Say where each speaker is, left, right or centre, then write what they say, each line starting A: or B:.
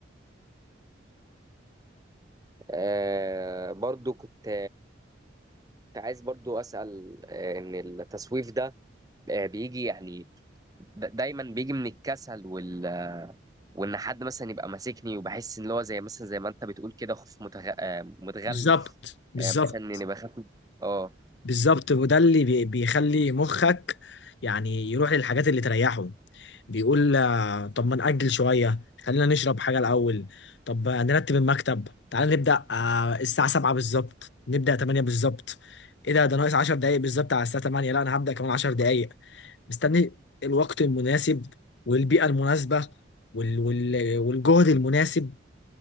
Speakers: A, on the right; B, on the left.
A: آه برضو كنت كنت عايز برضو اسال آه، ان التسويف ده آه، بيجي يعني د- دايما بيجي من الكسل وال... وان حد مثلا يبقى ماسكني وبحس ان هو زي مثلا زي ما انت بتقول كده خوف متغ... آه، متغلف
B: بالظبط بالظبط
A: آه، مثلا اني بخاف من- اه
B: بالظبط وده اللي بي- بيخلي مخك يعني يروح للحاجات اللي تريحه بيقول آه، طب ما نأجل شوية خلينا نشرب حاجة الأول طب آه، نرتب المكتب تعال نبدأ آه، الساعة 7 بالظبط نبدأ 8 بالظبط ايه ده ده ناقص 10 دقايق بالظبط على الساعة 8 لا انا هبدأ كمان 10 دقايق مستني الوقت المناسب والبيئة المناسبة وال... وال... والجهد المناسب